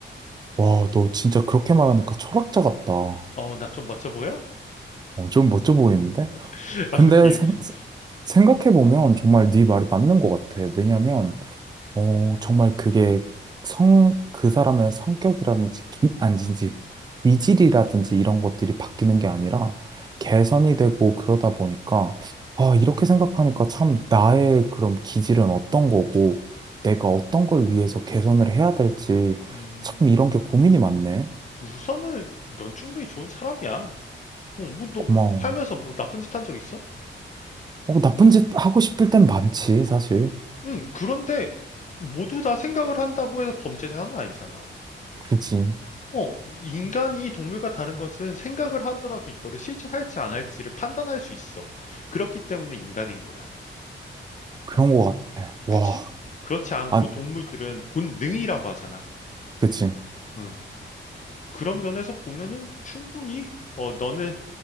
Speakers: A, on the right; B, on the left.
A: 와,
B: 어,
A: 너 진짜 그렇게 말하니까 철학자 같다. 어,
B: 어, 나 좀 멋져 보여?
A: 좀 멋져 보이는데?
B: <laughs>
A: 근데
B: 아, 기,
A: 생,
B: 어,
A: 생각해보면 정말 네 말이 맞는 것 같아. 왜냐면
B: 음,
A: 어, 정말 그게 성, 그 사람의 성격이라든지, 기, 아니지, 기질이라든지
B: 음,
A: 이런 것들이 바뀌는 게 아니라 개선이 되고 그러다 보니까, 아, 이렇게 생각하니까 참 나의 그럼 기질은 어떤 거고, 내가 어떤 걸 위해서 개선을 해야 될지,
B: 음,
A: 참 이런 게 고민이 많네.
B: 우선은 넌 충분히 좋은 사람이야. 어, 뭐너
A: 고마워.
B: 살면서 뭐 나쁜 짓 한 적 있어?
A: 어, 나쁜 짓 하고 싶을 땐 많지, 사실.
B: 응, 그런데 모두 다 생각을 한다고 해서 범죄자는 아니잖아.
A: 그지.
B: 어, 인간이 동물과 다른 것은 생각을 하더라도 이거를 실천할지 안 할지를 판단할 수 있어. 그렇기 때문에 인간인 거야.
A: 그런
B: 어,
A: 거 같아. 와,
B: 그치? 그렇지 않고
A: 아,
B: 동물들은 본능이라고 하잖아.
A: 그지.
B: 응. 그런 면에서 보면은 충분히, 어, 너는